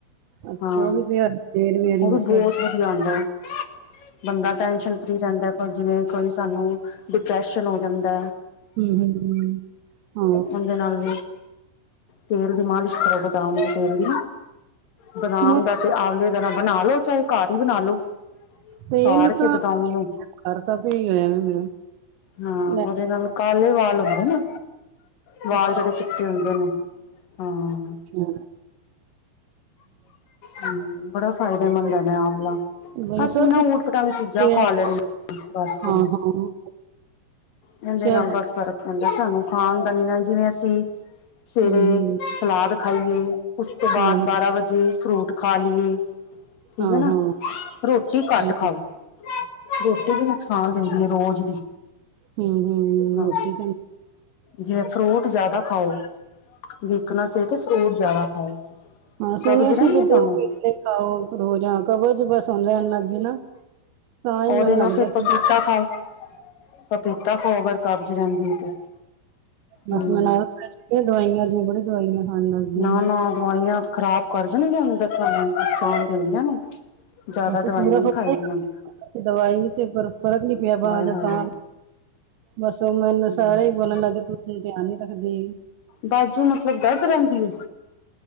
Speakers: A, on the right (about 80°); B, on the left (about 50°).
A: ਅੱਛਾ
B: ਹਾਂ,
A: ਉਹ ਵੀ ਪਿਆ ਤੇਲ ਹਜ਼ੂਰ
B: ਓਹ ਵੀ ਬੌਤ
A: ਸਾਹਿਬ
B: ਵਧੀਆ ਹੌਂਦੈ। ਬੰਦਾ ਟੈਨਸ਼ਨ ਫ੍ਰੀ ਰਹਿੰਦਾ, ਕੋਈ ਜਿਵੇਂ ਕੋਈ ਸਾਨੂੰ ਡਿਪ੍ਰੈਸ਼ਨ ਹੋ ਜਾਂਦਾ।
A: ਹੰਮ ਹੰਮ ਹ ਹ।
B: ਉਹ ਦੇ ਨਾਲ ਵੀ ਤੇਲ ਦੀ ਮਾਲਿਸ਼ ਕਰੋ, ਬਦਾਮ ਦੇ ਤੇਲ ਦੀ। ਬਦਾਮ
A: ਹਾਂ
B: ਦਾ ਤੇ ਆਵਲੇ ਦਾ ਨਾ ਬਣਾ ਲੋ ਚਾਹੇ ਘਰ ਹੀ ਬਣਾ ਲੋ।
A: ਤੇਲ
B: ਸਾੜ
A: ਤਾਂ
B: ਕੇ ਬਦਾਮ
A: ਤਾਂ
B: ਨੂੰ
A: ਘਰਦਾ ਪਿਆ ਹੋਇਆ ਮੇਰਾ।
B: ਹਾਂ
A: ਲੈ
B: ਉਹਦੇ
A: ਅੱਛਾ
B: ਨਾਲ ਕਾਲੇ ਵਾਲ ਹੁੰਦੇ ਨੇ। ਵਾਲ
A: ਅੱਛਾ
B: ਜਦੇ ਚਿੱਟੇ ਹੁੰਦੇ ਨੇ ਹਾਂ।
A: ਹਾਂ।
B: ਹੰਮ ਬੜਾ ਫਾਇਦੇਮੰਦ ਨੇ ਆਵਲਾ।
A: ਬਈ
B: ਅਸੀ
A: ਸਭ
B: ਨਾ
A: ਕੁਛ
B: ਊਟ ਪਟਾਗ ਚੀਜ਼ਾਂ
A: ਪਿਆ
B: ਖਾ ਲੈਦੇ ਹਾਂ ਬਸ।
A: ਹਾਂ ਹਾਂ
B: ਇਹਦੇ
A: ਸ਼ਹਿ
B: ਨਾਲ ਬਸ ਫਰਕ ਆਦਾ, ਸਾਨੂੰ ਖਾਣਦਾਨੀ ਨਾਲ ਜਿਵੇਂ ਅਸੀਂ ਸਵੇਰੇ
A: ਹੂੰ,
B: ਸਲਾਦ ਖਾਈਏ, ਉਸ ਤੋਂ ਬਾਅਦ
A: ਹਾਂ,
B: ਬਾਰਾਂ ਵਜੇ ਫਰੂਟ ਖਾ ਲਈਏ। ਠੀਕ
A: ਹਾਂ,
B: ਹੈ ਨਾ
A: ਹਾਂ, ਹਾਂ,
B: ਰੋਟੀ ਘੱਟ
A: ਹੂੰ-ਹੂੰ,
B: ਖਾਓ, ਰੋਟੀ ਵੀ ਨੁਕਸਾਂਨ ਦਿੰਦੀ ਹੈ ਰੋਜ਼ ਦੀ।
A: ਹੰਮ ਹੰਮ
B: ਹਾਂ
A: ਰੋਟੀ ਕ
B: ਜਿਵੇਂ ਫਰੂਟ ਜ਼ਿਆਦਾ ਖਾਓ। ਵੀਕਣਾਸ ਤੇ ਫਰੂਟ ਜ਼ਿਆਦਾ ਖਾਓ।
A: ਹਾਂ ਸੁਣਿਆ
B: ਕਬਜ਼ ਰਹਿੰਦੀ
A: ਸੀ ਵੀ
B: ਤੁਹਾਨੂੰ
A: ਦੋ ਕੇਲੇ ਖਾਓ ਰੋਜ਼ ਹ ਕਬਜ਼ ਬਸ ਹੁਣ ਰਹਿਣ ਲੱਗ ਗਈ ਨਾ। ਤਾਂ ਹੀ
B: ਉਹਦੇ
A: ਮੈਨੂੰ
B: ਨਾਲ
A: ਲੱਗਦਾ।
B: ਫਿਰ ਪਪੀਤਾ ਖਾਓ ਪਪੀਤਾ ਖਾਓ ਅਗਰ ਕਬਜ਼ ਰਹਿੰਦੀ ਤੇ
A: ਬਸ
B: ਹਮ
A: ਮੈ ਨਾਲ ਚੁੱਕ ਦਵਾਈਆਂ ਦੀ ਬੜੀ ਦਵਾਈਆਂ ਖਾਣ ਲੱਗਿਆਂ।
B: ਨਾ ਨਾ ਦਵਾਈਆਂ ਖ਼ਰਾਬ ਕਰ ਜਾਣਗੀਆਂ ਅੰਦਰ ਤੁਹਾਨੂੰ ਨੁਕਸਾਨ ਦਿੰਦੀਆਂ ਨੇ। ਜ਼ਿਆਦਾ
A: ਬਸ
B: ਦਵਾਈਆਂ
A: ਪੂਰਾ
B: ਨਹੀਂ
A: ਪਤਾ
B: ਖਾਈ
A: ਹੀ,
B: ਦੀਆਂ ਹੁੰਦੀਆਂ
A: ਦਵਾਈ ਤੇ ਫ਼ਰਕ ਨੀ ਪਿਆ ਬਾਂਹ
B: ਹਾਏ
A: ਦਾ
B: ਹਾਏ
A: ਤਾਂ ਬਸ ਉਹ ਮੈਨੂੰ
B: ਬਸ
A: ਸਾਰੇ ਹੀ ਬੋਲਣ ਲੱਗਗੇ ਤੂੰ ਧਿਆਨ ਨੀ ਰੱਖਦੀ।
B: ਬਾਜੂ ਮਤਲਬ ਦਰਦ ਰਹਿੰਦੀ ਹੈ।